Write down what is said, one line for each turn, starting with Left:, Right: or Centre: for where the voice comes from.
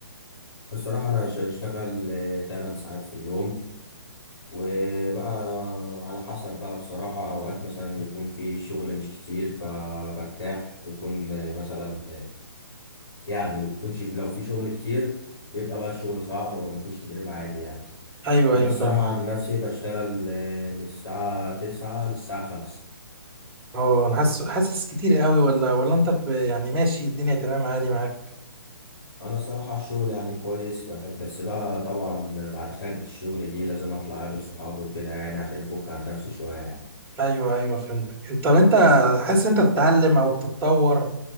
Left: بصراحة أنا ش- بشتغل آه، 8 ساعات في اليوم وبقى على حسب بقى بصراحة أوقات مثلا يكون في شغل مش كتير فبرتاح بيكون مثلا يعني يكونش لو في شغل كتير بيبقى بقى الشغل صعب ومفيش كتير يبقى عادي يعني
Right: ايوه
Left: أنا
Right: ايوه
Left: الصراحة
Right: فاهم
Left: عن نفسي بشتغل آه، من الساعة تسعة للساعة خمسة
Right: هو انا حاسس حاسس كتير قوي ولا ولا انت ب- يعني ماشي الدنيا تمام عادي معاك
Left: أنا الصراحة الشغل يعني كويس بحب بس بقى طبعا بعد خانقة الشغل دي لازم أطلع أقابل صحابي وكده يعني عشان أفك عن نفسي شوية يعني
Right: ايوه ايوه فهمتك انت طب انت حاسس انت بتتعلم او بتتطور